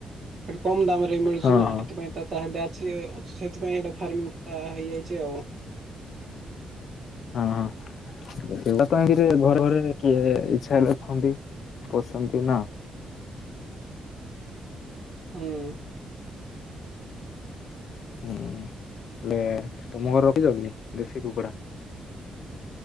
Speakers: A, on the right; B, on the left.
A: ହେଟି କମ୍ ଦାମ୍ ରେ ଫ ମିଳୁଛି
B: ହଁ
A: ନା
B: ହଁ।
A: ସେଥିପାଇଁ ତ ତା ଚାହିଦା ଅଛି ସେଥିପାଇଁ ସେଇଟା ଫାର୍ମିଙ୍ଗ ଟା ହେଇଯାଇଛି ଆଉ ହ
B: ହଁ ଏଟ ତ ଘରେ ଘରେ କିଏ ଇଛା ରଖନ୍ତି ପଶନ୍ତି ନା
A: ଏଁ।
B: ହଁ ଲେ। ତମ ଘର ରଖିଛ କିି ଦେଶୀ କୁକୁଡ଼ା?